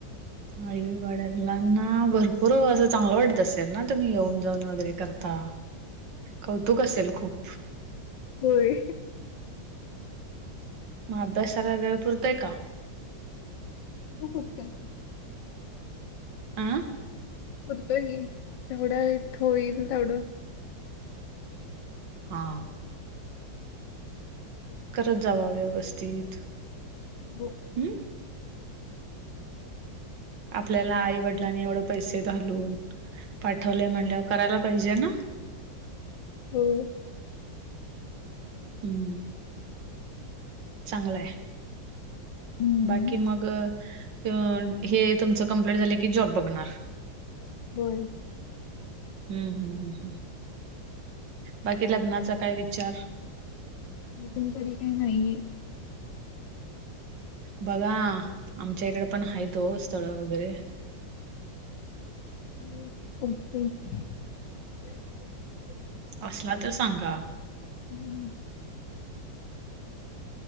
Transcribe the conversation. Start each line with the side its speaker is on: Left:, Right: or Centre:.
Right: आई-वडलांना भरपूर असं चांगलं वाटत असेल ना, तुम्ही येऊन जाऊन वगैरे करता? कौतुक असेल खूप?
Left: होय.
Right: मग अभ्यासाला वेळ पुरतंय का?
Left: <unintelligible>
Right: आ
Left: पुरतोय की, जेवढ्या <unintelligible> होईल तेवढं.
Right: हा करत जावा व्यवस्थित.
Left: बो
Right: हम्म आपल्याला आईवडिलांनी एवढं पैसे घालून, पाठवले म्हणल्यावर करायला पाहिजे ना?
Left: हो
Right: हम्म चांगलय.
Left: हम्म
Right: बाकी मग अ हे- तुमचं कंप्लीट झाले की जॉब बघणार.
Left: बोल.
Right: हम्म हम्म हम् हम्. बाकी लग्नाचा काय विचार?
Left: अजून तरी काही नाहीये.
Right: बघा, आमच्या इकडे पण आहेत हो स्थळ वगैरे.
Left: <unintelligible> <unintelligible>
Right: असला तर सांगा.
Left: हम्म.